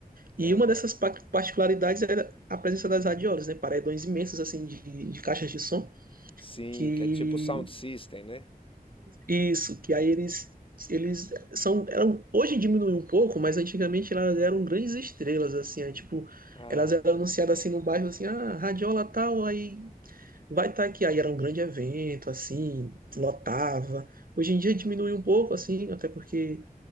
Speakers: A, on the right (about 70°); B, on the left (about 35°).
A: E
B: Aham.
A: uma dessas pa- particularidades era a presença das radiolas, né, paredões imensos assim de, de caixas de som
B: Sim,
A: que
B: que é tipo sound system, né?
A: isso, que aí eles eles são eram hoje diminuiu um pouco, mas antigamente elas eram grandes estrelas assim, aí, tipo,
B: Ah,
A: elas eram anunciadas assim no bairro assim, ah, radiola tal, aí vai estar aqui, aí era um grande evento assim, lotava. Hoje em dia diminuiu um pouco assim, até porque